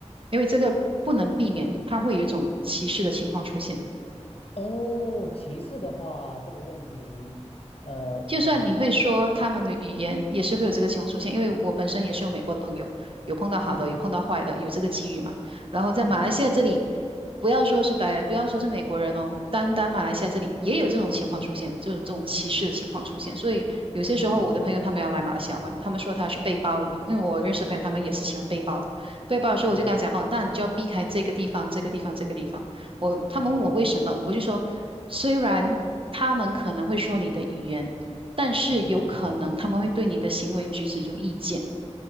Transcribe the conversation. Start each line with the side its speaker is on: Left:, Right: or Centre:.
Right: 因为这个不能避免，它会有一种歧视的情况出现。
Left: 哦，歧视的话，这个问题，呃嗯，
Right: 就算你会说他们的语言，
Left: 我
Right: 也是会有这个情况出现。因为我本身也是有美国的朋友，有碰到好的，
Left: 嗯
Right: 有碰到坏的，有这个机遇嘛。然后在马来西亚这里，
Left: 嗯嗯
Right: 不要说是白，不要说是美国人哦，单单马来西亚这里也有这种情况出现，就是这种歧视的情况出现。所以有些时候我的朋友他们要来马来西亚玩，
Left: 嗯
Right: 他们说他去背包旅游，因为我认识的朋友他们也是喜欢背包的。背包的时候我就跟他讲，
Left: 嗯。
Right: 哦，那你就要避开这个地方、这个地方、这个地方。我他们问我为什么，
Left: 哦，
Right: 我就说，虽然他们可能会说你的语言。但是有可能他们会对你的行为举止有意见
Left: 嗯，